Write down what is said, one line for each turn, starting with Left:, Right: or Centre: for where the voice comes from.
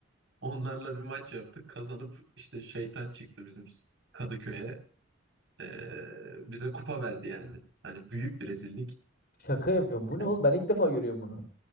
Right: Onlarla bir maç yaptık. Kazanıp işte şeytan çıktı bizim Kadıköy'e. Ee, bize kupa verdi yani. Hani büyük bir rezillik.
Left: Şaka yapıyorum. Bu
Right: Yani
Left: ne oğlum? Ben ilk defa görüyorum bunu.